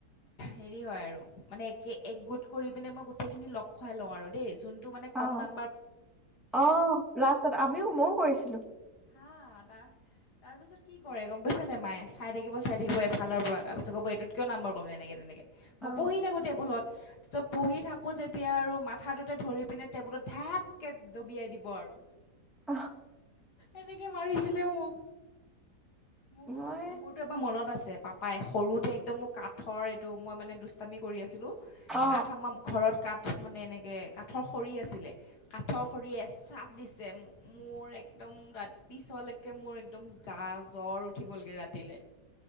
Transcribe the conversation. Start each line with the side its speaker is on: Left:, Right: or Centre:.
Left: হেৰি হয় আৰু মানে এক একগোট কৰি পিনে মই গোটেইখিনি লগ খুৱাই লওঁ আৰু দেই চোন <unintelligible> মানে
Centre: অ
Left: কম দাম
Centre: অ' লাষ্টত আমিও মইও কৰিছিলোঁ।
Left: হা তাৰ তাৰপিছত কি কৰে গ'ম পাইছেনে মাই চাই থাকিব চাই থাকিব এফালৰ পৰা তাৰপাছত ক'ব এইটোত কিয় নাম্বৰ কমিলে <unintelligible>
Centre: অ
Left: মই পঢ়ি থাকোঁ টেবুলত, তাৰপিছত পঢ়ি থাকোঁ যেতিয়া আৰু মাথাটোতে ধৰি পিনে টেবুলত ঢাপকৈ ডবিয়াই দিব আৰু।
Centre: অ'।
Left: এনেকে মাৰছিলিলে মোক। মোকতো
Centre: মই
Left: মোৰতো এবাৰ মনত আছে। পাপাই সৰুতে একদম মোক কাঠৰ তটো মই মানে দুষ্টামি কৰি আছিলোঁ,
Centre: অ
Left: কাঠ আমাৰ ঘৰত কাঠ মানে এনেকৈ কাঠৰ খৰি আছিলে কাঠৰ খৰিয়ে এচাপ দিছে মোক। মোৰ এক্দম তাত পিছলৈকে মোৰ একদম গা জ্বৰ উঠি গ'লগৈ ৰাতিলৈ।